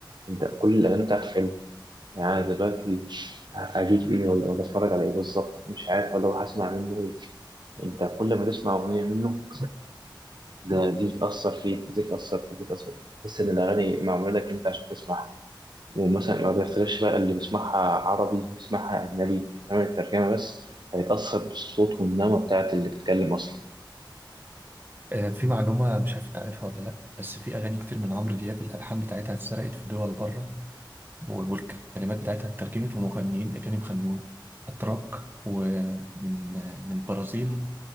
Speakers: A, on the right; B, on the right.
A: انت كل الاغاني بتاعته حلوه يعني أنا دلوقتي اجيب ايه ولا ولا اتفرج على ايه بالظبط مش عارف ولا هسمع منه ايه انت كل ما تسمع اغنيه منه ده دي تاثر فيك ودي تاثر فيك ودي تاثر فيك تحس ان الاغاني معموله لك انت عشان تسمعها ومثلا ما بيختلفش بقى اللي بيسمعها عربي بيسمعها أجنبي سامع الترجمة بس هيتأثر بالصوت والنغمة بتاعت اللي بيتكلم أصلا
B: آه في معلومة مش عارف تعرفها ولا لأ بس في أغاني كتير من عمرو دياب الألحان بتاعتها اتسرقت في دول بره والكلمات بتاعتها اترجمت ومغنيين أجانب غنوها أتراك ومن آه، من البرازيل